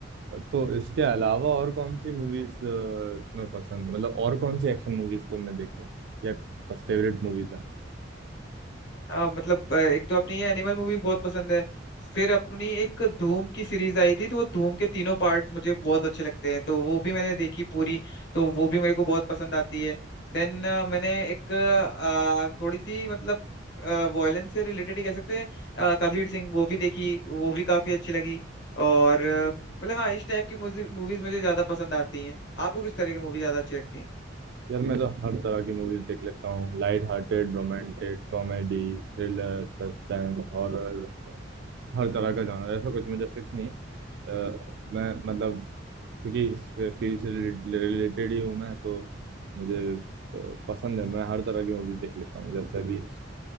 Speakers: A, on the right; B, on the left.
A: तो इसके अलावा और कौन सी मूवीज तुम्हें पसंद मतलब और कौन सी एक्शन मूवीज तुमने देखी है या फर्स्ट फेवरेट मूवीज है
B: हाँ मतलब अ, एक तो अपनी ये एनिमल मूवी बहुत पसंद है फिर अपनी एक धूम की सीरीज आई थी तो वो धूम के तीनों पार्ट मुझे बहुत अच्छे लगते हैं तो वो भी मैंने देखी पूरी तो वो भी मेरे को बहुत पसंद आती है देन मैंने एक अ, थोड़ी सी मतलब वॉयलेंस से रिलेटेड ही कह सकते हैं अ, कबीर सिंह वो भी देखी वो भी काफी अच्छी लगी और अ, मतलब हाँ इस टाइप की मूवीज मुझे ज्यादा पसंद आती हैं आपको किस तरह की मूवी ज्यादा अच्छी लगती है
A: यार मैं तो हर तरह की मूवीज देख लेता हूँ Light hearted romantic comedy thriller suspense horror हर तरह का जॉनर ऐसा कुछ मुझे फिक्स नहीं अ, मैं मतलब क्योंकि इस फील्ड से रिलेटेड ही हूँ मैं तो मुझे अ, पसंद है मैं हर तरह की मूवीज देख लेता हूँ जैसे अभी